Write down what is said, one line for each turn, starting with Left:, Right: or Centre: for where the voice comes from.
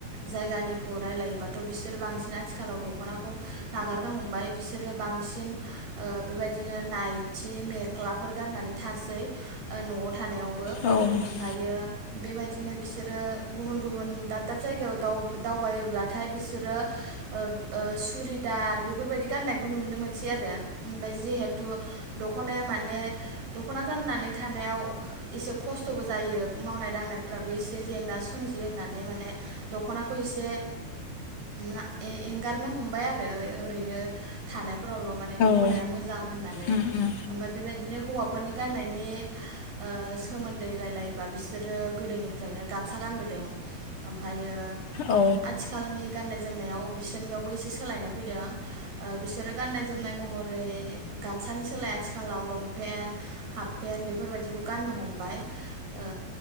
Right: जायगानि खौ रायलायोबाथ बिसोर बांसिन आथिखालाव दखनाखौ नागारनो हमबाय बिसोरो बांसिन ओ बेबायदिनो नायथि मेख्लाफोर गाननानै थासै ओ न'आव थानायावबो
Left: औ
Right: ओमफ्रायो बेबायदिनो बिसोरो गुबुन गुबुन दाब दाब जायगायाव दाव दावबायोब्लाथाय बिसोरो ओ ओ सुरिदार बेफोरबायदि गाननायखौ नुनो मोनसै आरो ओमफ्राय जिहेत तु दखनाया माने दखना गाननानै थानायाव एसे खस्थबो जायो मावनाय दांनायफ्राबो एसे जेंना सोमजियो होननानै माने दखना खौ एसे ना ए-एंगारनो हमबाय आरो ओरैनो थानाय फोरावल माने दखनाया
Left: औ
Right: मोजां होननानै
Left: उम उम
Right: ओमफाय बेबायदिनो हौवाफोरनि गाननायनि ओ सोमोन्दै रायलायोबा बिसोरो गोदोनिफ्रायनो गामसा गानबोदों ओमफायो
Left: औ
Right: आथिखालनि गाननाय जोमनायाव बिसोरनियावबो एसे सोलायनाय फैदों ओ बिसोरो गाननाय जोमनाय महरै गामसानि सोलाय आथिखालाव लंपेन्ट हाफ पेन्ट बेफोरबायदिखौ गाननो हमबाय ओ